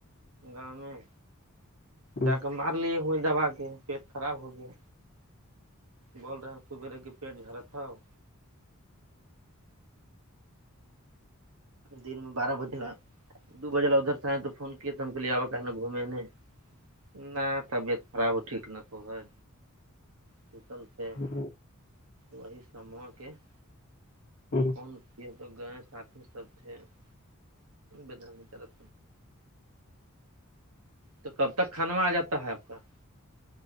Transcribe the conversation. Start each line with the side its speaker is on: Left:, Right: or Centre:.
Right: گاؤں میں
Left: ہوں
Right: جا کے مار لیے ہو دوبا کے پٹ خراب ہو گیا بول رہے ہیں صبیرے کہ پیٹ جھرا تھا ہو دن میں بارہ بجلا دو بجے ل ادھر سے آئے تو فون کیا ت ہم کہے آا کہنے گھومے نے <inaudible> نہ طبیعت خراب ٹھ ن کو ہے ٹٹل <inaudible> سے
Left: ہوں
Right: وہی سوں کے <inaudible>
Left: ہوں <inaudible>
Right: کون تو گ ساتھی سب تھ <inaudible> بیدان طرف تو کب تک <inaudible> کھانوا آ جاتا ہے آپ کا <inaudible>